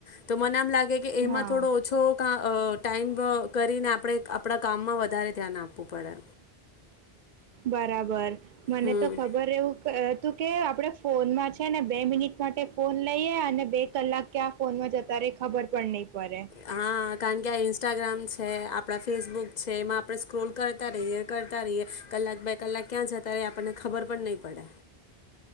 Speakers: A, on the left; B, on the right.
A: તો મને એમ લાગે એમાં
B: હા
A: થોડો ઓછો કા અ ટાઈમ કરીને આપણે આપણા કામમા વધારે ધ્યાન આપવું પડે
B: બરાબર મને
A: હમ.
B: તો ખબર એવું તું કે આપણે ફોનમાં છે ને બે મિનિટ માટે ફોન લઈએ અને બે કલાક ક્યાં ફોનમાં જતા ર ખબર પણ નહીં પડે
A: હા કારણ કે આ ઇન્સ્ટાગ્રામ છે આપ આપણા ફેસબુક છે એમાં આપણે સ્ક્રોલ કરતા રહીએ કરતા રહીએ કલાક બે કલાક ક્યાં જતા રહીએ આપણને ખબર પણ નહીં પડે